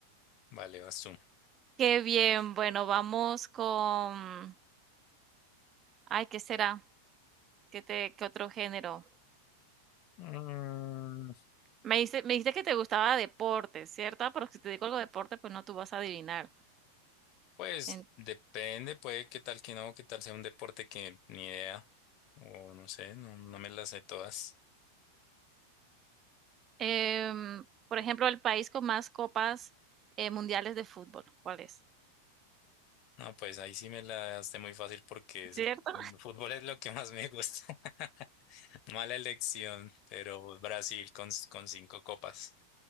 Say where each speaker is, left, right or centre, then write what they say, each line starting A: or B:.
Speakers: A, on the left (about 40°); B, on the right (about 30°).
A: Vale, vas tú.
B: Qué bien, bueno, vamos con, ay, ¿qué será? ¿Qué te, qué otro género?
A: Mm,
B: Me dice, me dijiste que te gustaba deporte, ¿cierto? Pero si te digo algo de deporte, pues no tú vas a adivinar.
A: pues
B: En-
A: depende, puede que tal que no, que tal sea un deporte que ni idea, o no sé, no, no me las sé todas.
B: em, por ejemplo, el país con más copas eh, mundiales de fútbol, ¿cuál es?
A: No, pues ahí sí me la hace muy fácil porque es-
B: ¿Cierto?
A: el fútbol es lo que más me gusta. <laughs> Mala elección, pero Brasil con, con cinco copas.